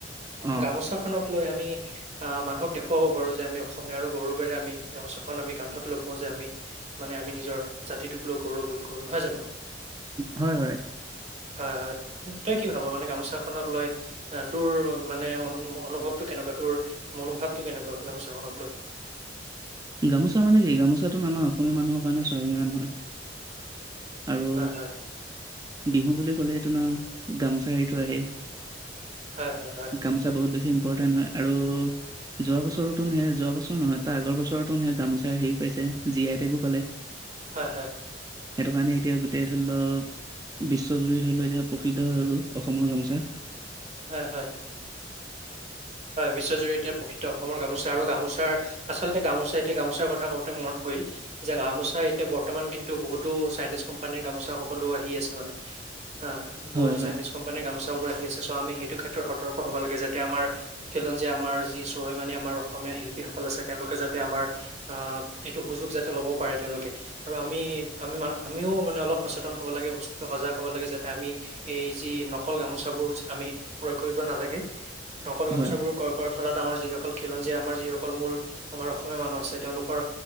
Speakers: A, on the right; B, on the right.
A: অ
B: গামোচাখনক লৈ আমি, মানুহক দেখুৱাব পাৰোঁ যে আমি অসমীয়া আৰু গৌৰৱেৰে আমি। গামোচাখন আমি কান্ধত ল ও যে আমি মানে, আমি নিজৰ জাতিটোক লৈ গৌৰৱবোধ কৰো নহয় জানো।
A: হয় হয়।
B: হয় হয়। তই কি ভাব মানে গামোচা। খনক লৈ তোৰ মানে <unintelligible> অনুভৱটো কেনেকুৱা তোৰ মনোভাৱটো কেনেকুৱা গামোচাখনক লৈ।
A: গামোচা মানে কি গামোচাটো আমাৰ অসমীয়া মানুহৰ কাৰণে স্বাভিমান হয়। আৰু।
B: হয়, হয়।
A: বিহু বুলি ক'লে এইটো, ন গামোচা হেৰিটো আহেই।
B: হয়, হয়, হয়।
A: গামোচা বহুত বেছি। হয় আৰু যোৱাবছৰটোন, যোৱাবছৰ নহয় তাৰ আগৰ বছৰ হেৰি গামোচা হেৰিও পাইছে, জীয়আই টেগো পালে।
B: হয়-হয়
A: সেইটো কাৰণে এতিয়া গোটেই ধৰি লওক, বিশ্বজুৰি ধৰি লওক, এতিয়া প্ৰসিদ্ধ হৈ গ'ল অসমৰ গামোচা।
B: হয়-হয় বিশ্বজুৰিত এইয়াই প্ৰকৃত অসমৰ গামোচা আৰু গামোচা চাৰ আচলতে গামোচা এতিয়া গামোচাৰ কথা ক‌ওঁতে মনত পৰিল যে গামোচা এতিয়া বৰ্তমান কিন্তু বহুতো চাইনিজ কোম্পানীৰ গামোচা সকলো আহি আছে মানে হা বহুতো
A: হয় হয়
B: চাইনিজ কোম্পানীৰ গামোচাবোৰ আহি আছে চ আমি সেইটো ক্ষেত্ৰত সতৰ্ক হ'ব লাগে যাতে আমাৰ খীলঞ্জীয়া আমাৰ যি স্বাভিমানি আমাৰ অসমীয়া শিল্পীসকল আছে, তেওঁলোকে যাতে আমাৰ আহ এইটো সুযোগ যাতে লব পাৰে তেওঁলোকে আৰু আমি-আমি-আমিও মানে অলপ সচেতন হব লাগে, বস্তুটো সজাগ হব লাগে, যাতে আমি এই যি নকল গামোচাবোৰ আমি ক্ৰয় কৰিব নালাগে। নকল গামোচাবোৰ
A: হয়
B: ক্ৰয় কৰা ফলত আমাৰ যিসকল খিলঞ্জীয়া আমাৰ যিসকল অকল মূল আমাৰ অসমীয়া মানুহ আছে, তেওঁলোকৰ